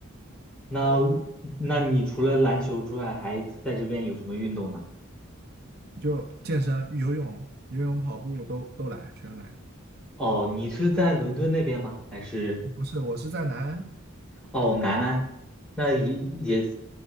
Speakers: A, in the centre; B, on the right (about 50°).
A: 那那你除了篮球之外，还在这边有什么运动呢？
B: 就健身、游泳、游泳、跑步都都来，全来。
A: 哦，你是在伦敦那边吗？还是？
B: 不是，我是在南安，
A: 哦，南安，那也也